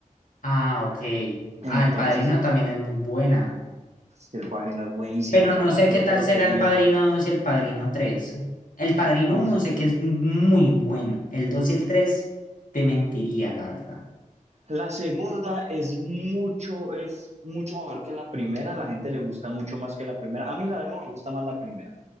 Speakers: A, on the left (about 75°); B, on the right (about 55°).
A: Ah, ok.
B: Entonces,
A: Ah, El Padrino también es muy buena.
B: el Padrino es buenísima,
A: Pero
B: o sea,
A: no sé
B: yo
A: qué tal
B: creo
A: será
B: que es
A: el
B: mi...
A: Padrino dos y el Padrino tres. El Padrino
B: Uf.
A: uno sé que es muy bueno. El 2 y el 3 te mentiría, la verdad.
B: La segunda es mucho, es mucho mejor que la primera, a la gente le gusta mucho más que la primera. A mí la verdad me gusta más la primera,